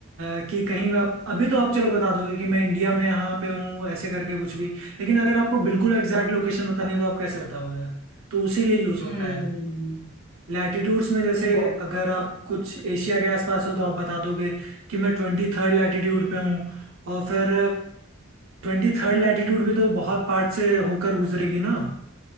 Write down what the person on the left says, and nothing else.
हम्म
Got
it